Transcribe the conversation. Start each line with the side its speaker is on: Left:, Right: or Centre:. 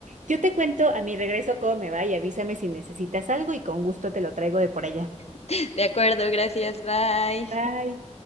Right: Yo te cuento a mi regreso cómo me va y avísame si necesitas algo y con gusto te lo traigo de por allá.
Left: <laughs> De acuerdo, gracias, bye.
Right: Bye.